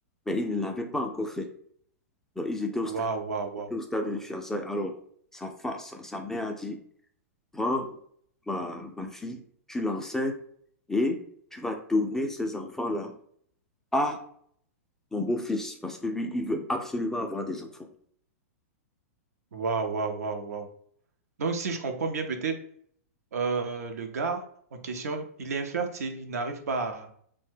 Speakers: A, in the centre; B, on the right.
A: mais il ne l'avait pas encore fait. Donc, ils étaient au stade,
B: Waouh, waouh, waouh.
A: ils étaient au stade de fiançailles. Alors, sa, fa- sa, sa mère a dit, prends ma, ma fille, tu l'enseignes et tu vas donner ces enfants-là à mon beau-fils, parce que lui, il veut absolument avoir des enfants.
B: Waouh, waouh, waouh, waouh. Donc, si je comprends bien, peut-être euh, le gars en question, il est infertile, il n'arrive pas